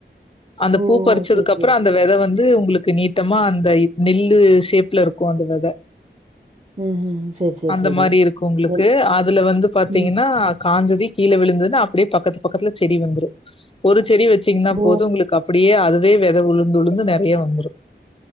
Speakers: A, on the left; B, on the right.
A: அந்த
B: ஓ!
A: பூ பறிச்சதுக்கு
B: சரி,
A: அப்புற
B: சரி.
A: அந்த வெத வந் வந்து உங்களுக்கு நீட்டம்மா அந்த இ நெல்லு ஷேப்ல இருக்கு அந்த வெத
B: ம்ஹ்ம். சரி, சரி,
A: அந்த
B: சரி.
A: மாரி இருக்கு உங்களுக்கு
B: ம்.
A: அதுல வந்து பாத்தீங்கன்னா
B: ம்.
A: காஞ்சதி கீழ விழுந்தது அப்டியே பக்கத் பக்கத்துல செடி வந்துரு ஒரு செடி வச்சீங்கன்னா
B: ஓ!
A: போது உங்களுக்கு அப்டியே அது ஒரே வெத உளுந்து உளுந்து நெறைய வந்துரு